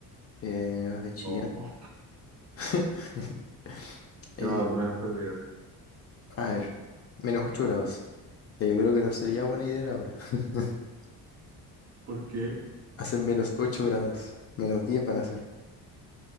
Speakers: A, on the left; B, on the right.
A: Eh, nevadas de Chillán.
B: o
A: <laughs>
B: yo
A: Eh,
B: al menos perdido, sí.
A: a ver, menos 8 grados. Ya, yo creo que no sería buena idea ahora. <laughs>
B: ¿Por qué?
A: Hacen menos ocho grados. Menos 10 van a hacer.